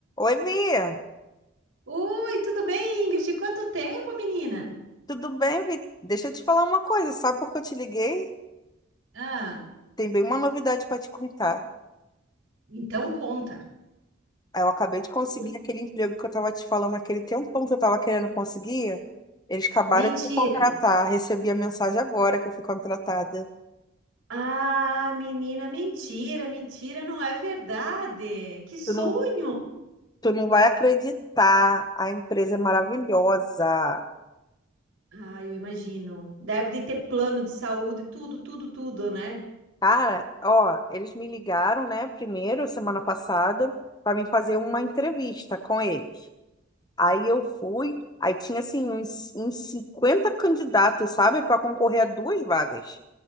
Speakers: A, on the left; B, on the right.
A: Oi, Bia.
B: Oi, tudo bem, Ingrid? Quanto tempo, menina?
A: Tudo bem, Vi? Deixa eu te falar uma coisa. Sabe por que eu te liguei?
B: Ah,
A: Tem bem uma novidade para te contar.
B: então conta.
A: Ah, Eu acabei de conseguir
B: Oi?
A: aquele emprego que eu estava te falando aquele tempão que eu estava querendo conseguir. Eles acabaram
B: Mentira.
A: de me contratar. Recebi a mensagem agora que eu fui contratada.
B: Ah, menina, mentira, mentira, não é verdade. Que sonho!
A: Tu não, tu não vai acreditar. A empresa é maravilhosa.
B: Ah, eu imagino. Deve de ter plano de saúde, tudo, tudo, tudo, né?
A: Cara, ó, eles me ligaram, né, primeiro, semana passada, para mim fazer uma entrevista com eles. Aí eu fui, aí tinha assim uns, uns 50 candidatos, sabe, para concorrer a duas vagas.